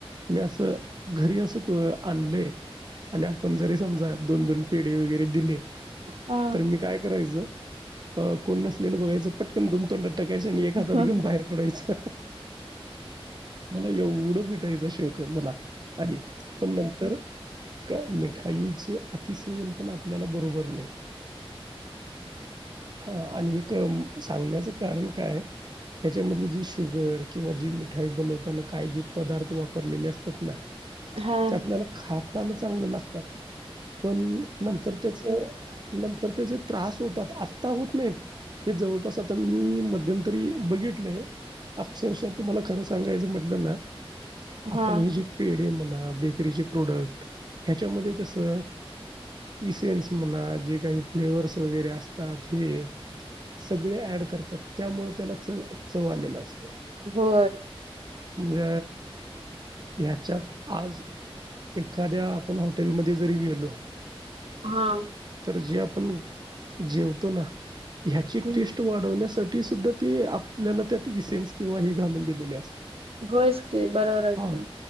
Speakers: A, on the right; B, on the right.
A: मी असं. घरी अस आणलय आणि आपण जरी समजा दोन दोन पेढ वगैरे दिले
B: हा
A: तर मी काय करायचं. कोण नसलेलं बघायं पटकन दोन तोंड टाकायच आणि एक हातात
B: हा
A: घेऊन बाहेर पडायचं मला एवढं मिेठाइचा शोक. मला आधी पण नंतर का मिळ. ठाईचे अतिसेेवन पण आपल्याला बरोबर नाही. हा आणि एक सांगण्याचं कारण काय. ह्याच्यामध्ये जी शुगर किंवा जी मिठाई बनवताना काय जे पदार्थ वापरलेले असतात ना.
B: हा
A: ते आपल्याला खाताना चांगलं लागतात. पण नंतर त्याचं नंतर त्याच. त्रास होतात आता होत नाहीत ते जवळपास आ. मी मध्यंतरी बघितलंय अक्षरशः तुम्हाला खरं सांगायचं म्हटलं ना. आपण
B: हा
A: ह जी पेडे मना. बेकरीचे प्रोडक्ट ह्याच्यामध्ये कसं. इसेन्स म्हणा जे काही फ्लेवर्स वगैरे असतात हे. सगळे ऍड करतात त्यामुळे त्याला च चव आलेला असतो.
B: हो.
A: ज. ह्याच्यात आज एखाद्या आपण हॉटेलमध्ये जरी गेलो.
B: हा.
A: तर जे आपण जेवतो ना ह्याची
B: हम्म
A: टेस्ट वाढवण्यासाठी. ती सुद्धा ती आपल्याला त्यात इई सेन्स किंवा हे घालून दिलेली असतात.
B: होयच की बरोबरच.
A: हा